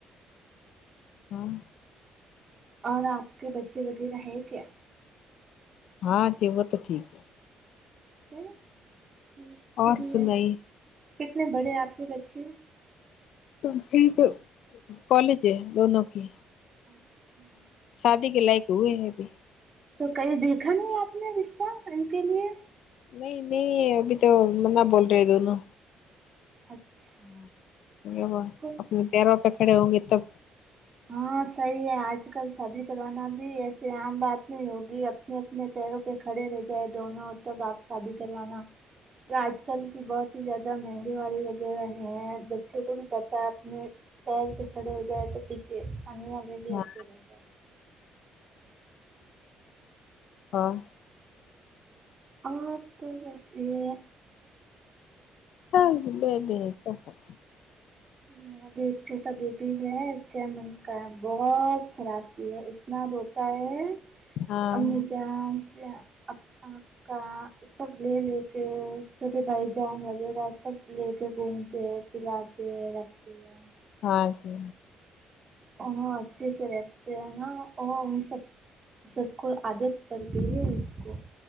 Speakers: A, on the left; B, on the right.
A: ہاں
B: اور آپ کے بچے وغیرہ ہے کیا
A: ہاں جی وہ تو ٹھیک ہے
B: کتنے ہاں
A: اور
B: کتنے
A: سنائیے
B: کتنے بڑے آپ کے بچے
A: تم بھی کالج ہے دونوں کی
B: اچھا
A: شادی کے لائق ہوئے ہیں ابھی
B: تو کہیں دیکھا نہیں آپ نے رشتہ ان کے لیے
A: نہیں نہیں ابھی تو نہ بول رہے دونوں
B: اچھا
A: نہیں وہ
B: کوئی
A: اپنے پیروں پہ کھڑے ہوں گے تب
B: ہاں صحیح ہے آج کل شادی کروانا بھی ایسے عام بات نہیں ہوگی اپنے اپنے پیروں پہ کھڑے رہ جائے دونوں تب آپ شادی کروانا یہ آج کل بھی بہت ہی زیادہ مہنگے والے لگے رہے ہیں بچوں کو بھی بتا ہے اپنے پیر پہ کھڑے ہو جائے تو پیچھے آنے والے بھی
A: ہاں
B: اچھے رہ جاے
A: ہاں
B: آپ کو بس یہ
A: ہاں جی <unintelligible>
B: میرا بھی ایک چھوٹا بیبی ہے چھ منتھ کا ہے بہت شرارتی ہے اتنا روتا ہے
A: ہاں
B: امی جان سے آپ کا سب لے لے کے چھوٹے بھائی جان وغیرہ سب لے کے گھومتے ہیں پھرا تے ہے رکھتے ہے
A: ہاں جی
B: او ہاں اچھے سے رہتے ہیں نا اور ان سب سب کو عادت پڑ گئی ہے اس کو